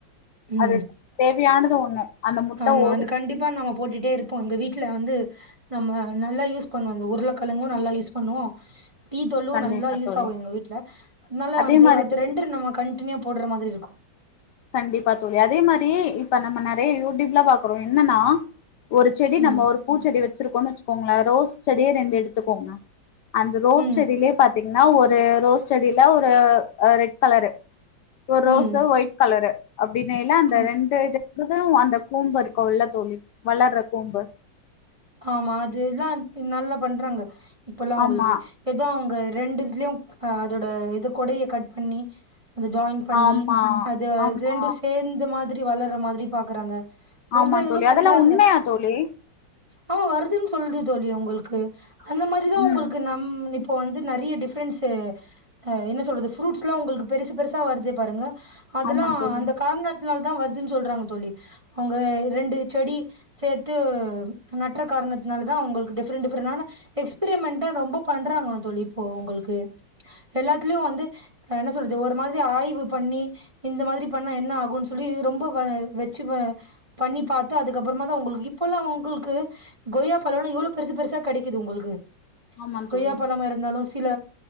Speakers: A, on the right; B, on the left.
A: ம்
B: அது தேவையானது ஒண்ணு அந்த முட்ட
A: ஆமா
B: ஓடு
A: அது கண்டிப்பா நாம போட்டுட்டே இருப்போ எங்க வீட்ல வந்து நம்ம நல்லா யூஸ் பண்ணுவோ அந்த உருளக்கிழங்கு நல்லா யூஸ் பண்ணுவோ டீத்தூளு
B: கண்டிப்பா
A: நல்லா யூஸ்
B: தோழி
A: ஆகு எங்க வீட்டுல அதனால
B: அதே
A: வந்து
B: மாரி
A: அது
B: தோழி
A: ரெண்டு நம்ம கண்டினியூவா போட்ற மாரிருக்கு
B: கண்டிப்பா தோழி அதே மாரி நம்ம நெறய யூ டியூப்ல பாக்குறோ என்னன்னா ஒரு செடி
A: ம்
B: நம்ம ஒரு பூச்செடி வச்சிருக்கோன்னு வச்சுக்கோங்களே ரோஸ் செடியே ரெண்டு எடுத்துக்கோங்க அந்த ரோஸ்
A: ம்
B: செடிலே பாத்தீங்கன்னா ஒரு ரோஸ் செடில ஒரு அ ரெட் கலரு ஒரு ரோஸ்
A: ம்
B: ஒயிட் கலரு அப்டிங்கையில அந்த
A: ஆ
B: ரெண்டு இது துதா அந்த கோம்பு இருக்கு இல்ல தோழி வளர்ற கோம்பு
A: ஆமா அதுல்லா நல்லா பண்றாங்க இப்பல்லா அவுங்ளுக்கு
B: ஆமா
A: எதோ அவுங்க ரெண்டுதுலயு அதோட இத கொடைய கட் பண்ணி அந்த ஜாயிண் பண்ணி
B: ஆமா
A: அது
B: ஆமா
A: ரெண்டு சேந்த மாதிரி வளர்ற மாதிரி பாக்கறாங்க
B: ஆமா
A: ரொம்ப ஏதேதோ
B: தோழி அதெல்லா
A: பண்றாங்க
B: உண்மையா தோழி
A: ஆமா வருதுன்னு சொல்லுது தோழி அவங்களுக்கு அந்த மாரிதா
B: ம்
A: உங்ளுக்கு நா ம் இப்ப வந்து நெறைய டிஃப்ரென்ஸ்சு அ என்ன சொல்றது ஃப்ரூட்ஸ்லா உங்களுக்கு பெருசு பெருசா வருது பாருங்க அதெல்லா
B: ஆமா தோழி
A: அந்த காரணத் னால தா வருதுன்னு சொல்றாங்க தோழி அவுங்க ரெண்டு செடி சேத்து நட்ற காரணத்தினால தா உங்களுக்கு டிப்ரெண்ட் டிஃப்ரெண்டான எக்ஸ்பிரிமெண்ட்டே ரொம்போ பண்றாங்களா தோழி இப்போ உங்களுக்கு எல்லாத்துலயு வந்து என்ன சொல்றது ஒரு மாதிரி ஆய்வு பண்ணி இந்த மாதிரி பண்ணா என்ன ஆகுன்னு சொல்லி ரொம்ப வ வெச்சு வா பண்ணி பாத்து அதுக்கப்புறமா தா உங்களுக்கு இப்பல்லா உங்குளுக் கொய்யா பழோல்லா எவ்ளோ பெருசு பெருசா கெடைக்குது உங்குளுக்கு
B: ஆமா
A: கொய்யா
B: தோழி
A: பழமா இருந்தாலு சில